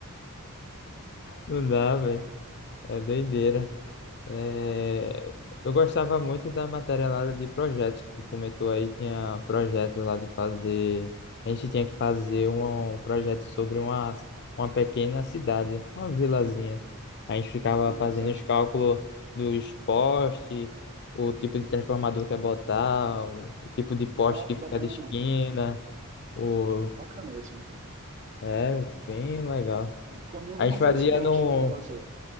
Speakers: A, on the left; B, on the right.
A: Não dá, velho. É doideira. É, eu gostava muito da matéria lá de projetos que tu comentou aí, tinha projetos lá de fazer, a gente tinha que fazer um um projeto sobre uma, uma pequena cidade, uma vilazinha. A gente ficava
B: Ah,
A: fazendo
B: interessante.
A: os cálculos dos postes, o tipo de transformador que ia botar, o o tipo de poste
B: Ah,
A: que
B: que
A: fica
B: bacana.
A: de esquina, o...
B: Bacana isso.
A: É, bem legal.
B: Comigo
A: A
B: não
A: gente fazia
B: foi assim, não.
A: no
B: Achei bem legal isso aí.